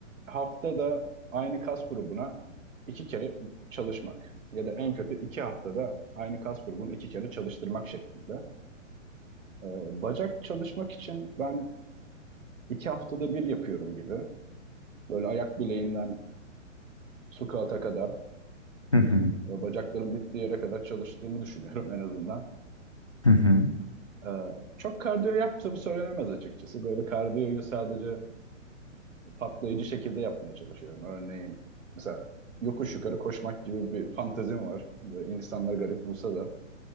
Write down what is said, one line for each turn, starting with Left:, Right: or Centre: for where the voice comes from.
Right: haftada aynı kas grubuna iki kere çalışmak ya da en kötü iki haftada aynı kas grubunu iki kere çalıştırmak şeklinde. Ee, bacak çalışmak için ben iki haftada bir yapıyorum gibi. Böyle ayak bileğinden squat'a kadar
Left: Hı hı.
Right: Ve Bacaklarım bittiği yere kadar çalıştığımı düşünüyorum en azından.
Left: Hı hı.
Right: Ee, çok kardiyo yaptığım söylenemez açıkçası. Böyle kardiyoyu sadece patlayıcı şekilde yapmaya çalışıyorum. Örneğin mesela yokuş yukarı koşmak gibi bir fantezim var. Böyle insanlar garip bulsa da